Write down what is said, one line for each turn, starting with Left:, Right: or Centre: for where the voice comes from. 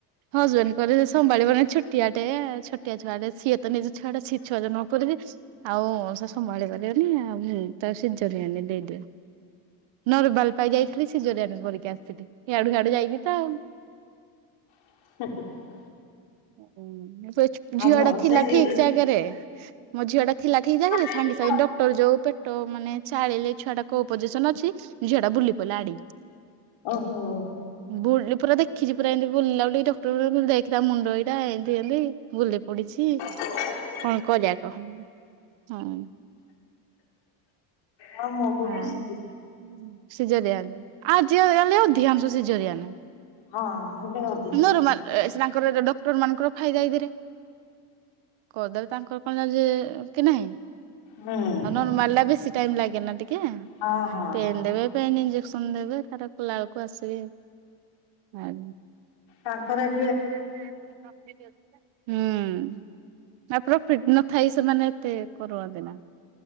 Right: ହଜବେଣ୍ଡ କହିଲେ ସେ ସମ୍ଭାଳିବନି ଛୂ ଟିଆ ଟେ ଛୋଟିଆ ଛୁଆଟେ ସିଏ ତ ନିଜେ ଛୁଆଟା ସିଏ ଛୁଆ ଯନମ କରୁଚି। ଆଉ ସେ ସମ୍ଭାଳି ପାରିବନି ଆଉ ସେ ତାକୁ ସିଝରିଆନରେ ଦେଇଦିଅ। ନରବାଲ୍ ପାଇ ଯାଇଥିଲି ସିଜରିଆନ୍ କରିକି ଆସିଥିଲି ୟାଡୁ ହିଆଡୁ ଯାଇକି ତ ଆଉ।
Left: <unintelligible>
Right: ହୁଁ ଶୋଇଚ୍
Left: ଆଉ
Right: ଝିଅ
Left: ମୋର
Right: ଟା ଥିଲା
Left: ସେଇ
Right: ଠିକ୍ ଜାଗାରେ। ମୋ ଝିଅ ଟା ଥିଲା ଠିକ୍ ଜାଗାରେ।
Left: ଓହୋ
Right: ସାଙ୍ଗେ ସାଙ୍ଗେ ଡକ୍ଟର ଯଉଁ ପେଟ ମାନେ ଚାଳିଲେ ଛୁଆଟା କୋଉ ପୋଜି ସନ ଅଛି ଝିଅ ଟା ବୁଲି ପଡିଲା ଆଡିକି।
Left: ଓହୋ।
Right: ବୁଲି ପୁରା ଦେଖିଚି ପୁରା ଏମିତି ବୁଲିଲା ବୋଲି ଡକ୍ଟର ଦେଖଥିଲା ମୁଣ୍ଡ ଏଇଟା ଏମିତି ଏମ୍ ତି। ବୁଲି ପଡିଚି।
Left: <inaudible>
Right: କଣ କରିବା କହ ହଁ?
Left: ହଁ ମୋ ପୁଅ
Right: ହଁ
Left: ବି ସିଜରିଆନ।
Right: ସିଜରିଆନ ଆଜିକାଲି ଅଧିକାଂଶ ସିଜରିଆନ।
Left: ହଁ ଏବେ ଅ
Right: ନରମାଲ୍ ତାଙ୍କର ଗୋଟେ ଡ ଟର ମାନଙ୍କର ଫାଇଦା ଏଇଥିରେ। କରିଦେଲେ ତାଙ୍କର କଣ ଯାଏ ଯେ ନାହିଁ।
Left: ହୁଁ।
Right: ନରମାଲ ଟା ବେଶୀ ଟାଇମ ଲାଗେ ନା ଟିକେ
Left: ହଁ ହଁ
Right: ପେନ୍ ଦେବେ ପେନ୍ ଇଞ୍ଜେକ୍ସନ ଦେବେ ତାର କଲାବେଳକୁ ଆସିବେ ଆ
Left: ତାଙ୍କର ଏ
Right: ତାଙ୍କର ଏତେ ଏଥିରେ ପ୍ରଫିଟ ଅଛି ନା। ହୁଁ ଆଉ ପ୍ରଫିଟ ନଥାଇ ସେମାନେ ଏତେ କରନ୍ତି ନା?